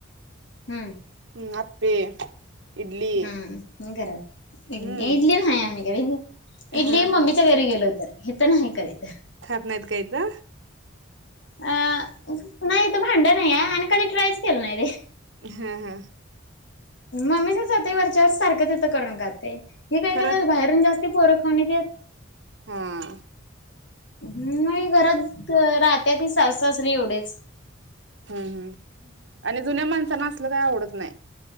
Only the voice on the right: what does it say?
हम् आप्पे इडली
हम्म
हा
हा
खात नाहीत का इथं?
हा हा
खरंच
हा.
हूं हम्म, आणि जुन्या माणसांना असलं कायं आवडत नाय.